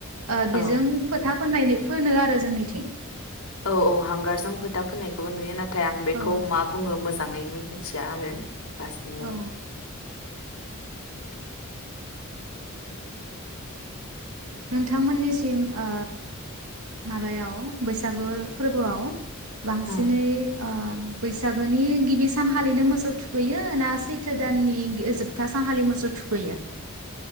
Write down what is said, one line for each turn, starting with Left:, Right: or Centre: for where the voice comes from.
Right: ओ बेजों
Left: औ
Right: फोथा फोननायनि फोनो आरो जोंनिथिं।
Left: औ औ हांगारजों फोथा फोननायखौबो नुयो ना थाय आं बेखौ
Right: औ
Left: मा बुङो मोजाङै मि थिया आरो काशमर
Right: औ नोंथांमोननिसिम ओ माबायाव बैसागु फोरबोआव बांसिनै
Left: उम
Right: ओ बैसागोनि गिबि सानखालिनो मोसौ थुखैयो ना सैथो दाननि जोबथा सानखालि मोसौ थुखैयो?